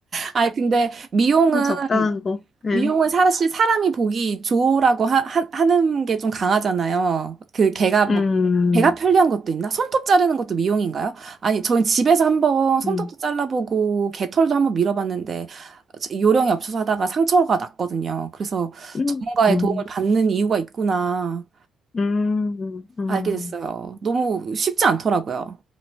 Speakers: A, on the right; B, on the left.
A: 아니 근데 미용은
B: 그냥 적당한 거. 네.
A: 미용은 사실 사람이 보기 좋으라고 하, 하, 는 게 좀 강하잖아요. 그 걔가 뭐
B: 음.
A: 걔가 편리한 것도 있나? 손톱 자르는 것도 미용인가요? 아니, 저희 집에서 한번 손톱도
B: 음.
A: 잘라보고 개털도 한번 밀어봤는데 요령이 없어서 하다가 상처가 났거든요. 그래서
B: 음,
A: 전문가의
B: 음,
A: 도움을 받는 이유가 있구나
B: 음. 음.
A: 알게 됐어요. 너무 쉽지 않더라고요.